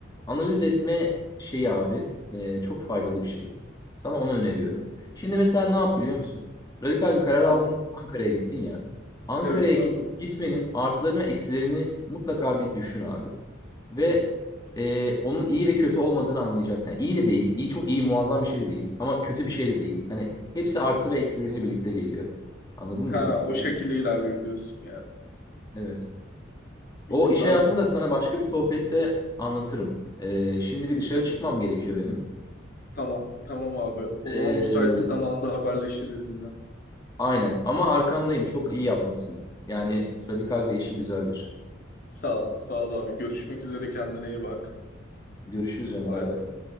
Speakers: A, on the left; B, on the left.
A: analiz etme şeyi abi e, çok faydalı bir şey. Sana onu öneriyorum. Şimdi mesela ne yap biliyor musun? Radikal bir karar
B: Ne yapayım?
A: aldın. Ankara'ya gittin ya. Ankara'ya
B: Evet abi.
A: git, gitmenin artılarını eksilerini mutlaka bir düşün abi. Ve
B: Hmm.
A: e, onun iyi ve kötü olmadığını anlayacaksın. Yani iyi de değil. iyi çok iyi muazzam bir şey de değil. Ama kötü bir şey de değil. Hani hepsi artı ve eksileriyle birlikte geliyor. Anladın
B: Ha
A: mı demek istediğimi?
B: o şekilde ilerliyor diyorsun yani.
A: Evet.
B: Güzel.
A: O iş hayatımı da sana başka bir sohbette anlatırım. E, şimdi bir dışarı
B: Hı.
A: çıkmam gerekiyor benim.
B: Tamam. Tamam abi. O zaman
A: E,
B: müsait bir zamanda haberleşiriz yine.
A: aynen. Ama arkandayım. Çok iyi yapmışsın. Yani
B: S-
A: radikal değişim güzeldir.
B: Sağ ol. Sağ ol abi. Görüşmek üzere. Kendine iyi bak.
A: Görüşürüz canım.
B: Bay
A: Bay
B: bay.
A: bay.